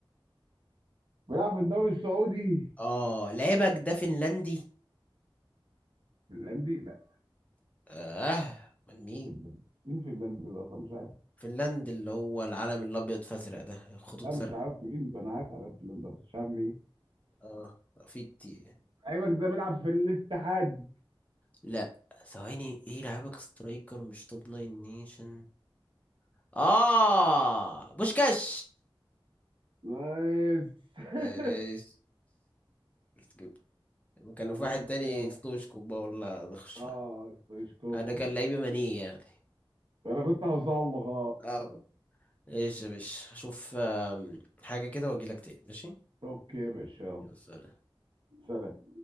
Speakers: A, on the right; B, on the left.
A: بيلعب في الدوري السعودي
B: اه لعيبة ده فنلندي
A: فنلندي لا
B: اه من مين
A: فنلندي مين فنلندي ده اصلا مش عارف
B: فنلند اللي هو العلم الابيض فازرق ده خطوط
A: انا
B: زرق
A: مش عارف مين انا عارف على فنلندا بس مش عارف مين
B: اه في كتير
A: لعيبك ده بيلعب في الاتحاد
B: لا ثواني ايه لعيبك سترايكر مش توب ناين نيشن اه بوشكاش
A: نايس <laughs>
B: ايش جبت؟ كان
A: مبروك
B: في واحد تاني
A: يا عم.
B: ستوشكو بقى والله بخش
A: اه
B: فعلا
A: ستويشكوف
B: انا كان لعيبي ماني يعني
A: انا كنت هوصل له خلاص
B: اه ايش يا باشا اشوف آم، حاجة كده واجيلك تاني ماشي
A: اوكي يا باشا يلا
B: يا سلام
A: سلام